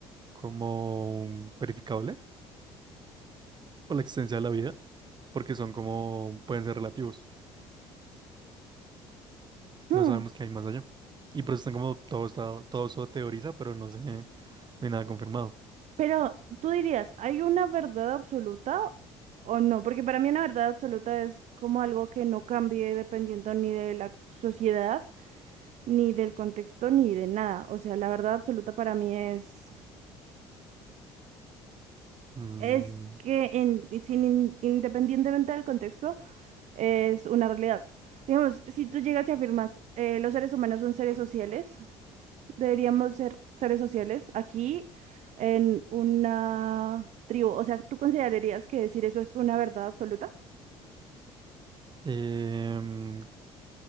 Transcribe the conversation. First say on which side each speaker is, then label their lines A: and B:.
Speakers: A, on the right (about 30°); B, on the right (about 55°).
A: como verificable o la existencia de la vida, porque son como, pueden ser relativos.
B: Hmm,
A: No sabemos qué hay más allá. Y por eso están como, todo está, todo eso teoriza, pero no sé, no hay nada confirmado.
B: Pero tú dirías, ¿hay una verdad absoluta o no? Porque para mí una verdad absoluta es como algo que no cambie dependiendo ni de la sociedad, ni del contexto, ni de nada. O sea, la verdad absoluta para mí es,
A: Mm,
B: es que en- sin in- independientemente del contexto, es una realidad. Digamos, si tú llegas y afirmas, eh, los seres humanos son seres sociales, Deberíamos ser seres sociales aquí en una tribu. O sea, ¿tú considerarías que decir eso es una verdad absoluta?
A: em,